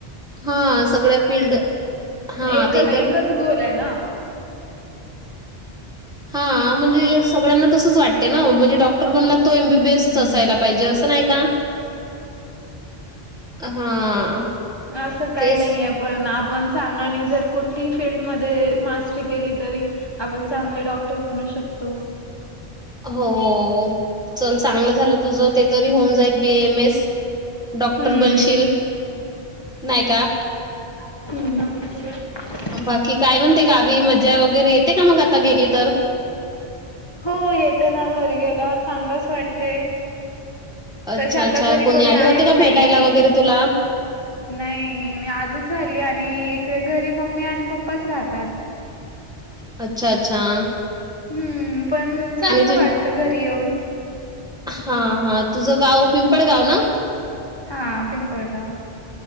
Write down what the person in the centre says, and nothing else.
हा सगळ्या फील्ड. हां,
ते
तर
हा म्हणजे सगळ्यांना तसंच वाटते ना म्हणजे डॉक्टर बनला. एमबीबीएस
असायला पाहिजे असं नाही का? हां,
तेच
हो चल चांगलं झालं तुझ, ते तरी होऊन जाईल बी एम एस. डॉक्टर
बनशील नाही का.
बाकी काय म्हणते गावी मजा वगैरे येते का मग आता गेली तर.
अच्छा,
अच्छा.
आले
होते का
भेटायला वगैरे तुला?
अच्छा! अच्छा!
आणि
हा हा तुझं गाव, पिंपळ गाव ना?